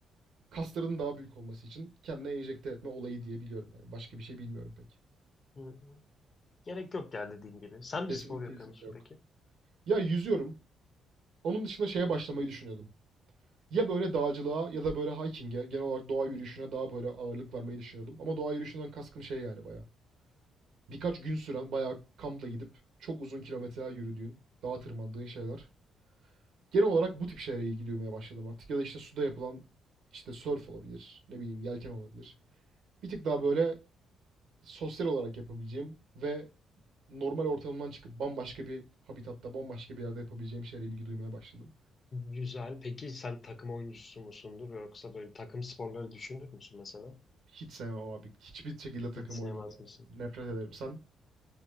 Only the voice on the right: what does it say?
kasların daha büyük olması için kendine enjekte etme olayı diye biliyorum yani. Başka bir şey bilmiyorum pek.
Kesinlikle
kesinlikle
yok.
Ya yüzüyorum. Onun dışında şeye başlamayı düşünüyordum. Ya böyle dağcılığa ya da böyle hiking'e, genel olarak doğa yürüyüşüne daha böyle ağırlık vermeyi düşünüyordum. Ama doğa yürüyüşünden kaskım şey yani bayağı. Birkaç gün süren bayağı kampla gidip çok uzun kilometreler yürüdüğün, dağa tırmandığın şeyler. Genel olarak bu tip şeylere ilgi duymaya başladım artık. Ya da işte suda yapılan işte surf olabilir, ne bileyim yelken olabilir. Bir tık daha böyle sosyal olarak yapabileceğim ve normal ortamından çıkıp bambaşka bir habitatta, bambaşka bir yerde yapabileceğim şeylere ilgi duymaya başladım.
Hiç sevmem abi. Hiçbir şekilde takım
oyunu oynayamam.
Nefret ederim. Sen